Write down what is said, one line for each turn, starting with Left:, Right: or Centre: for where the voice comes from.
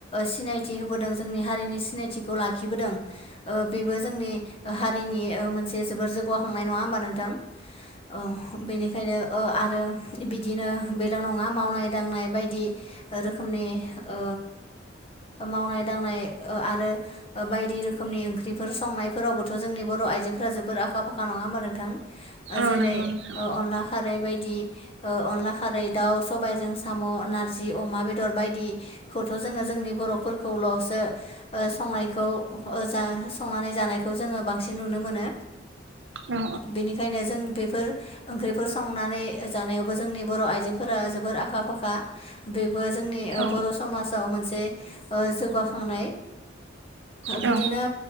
Left: सिनायथि होबोदों जोंनि हारिनि सिनायथिखौ लाखिबोदों। बेबो जोंनि हारिनि मोनसे जोबोर जौगाखांनाय नङा होमबा नोंथां? औ बेनिखायनो आरो बिदिनो बेल' नङा मावनाय दांनाय बायदि रोखोमनि ओ मावनाय दांनाय आरो बायदि रोखोमनि ओंख्रिफोर संनायफोरावबोथ' जोंनि बर' आइफोरा जोबोर आखा फाखा नङा होनबा नोंथां
Right: औ
Left: जेरै
Right: नंगौ नोंथां
Left: अनला खारै बाय अनला खारै दाउ सबायजों साम' नारजि जि अमा बेदर बायदिखौथ' जोङो जोंनि बर'फोरखौल'सो संनायखौ जा संनानै जानायखौ जोङो बांसिन नुनो मोनो
Right: औ
Left: बेनिखायनो जों बेफोर ओंख्रिफोर संनानै जानायावबो जोंनि बर' आइजोफोरा जोबोर आखा फाखा। बेबो जोंनि
Right: औ
Left: बर' समाजाव मोनसे जौगाखांनाय
Right: औ
Left: बिदिनो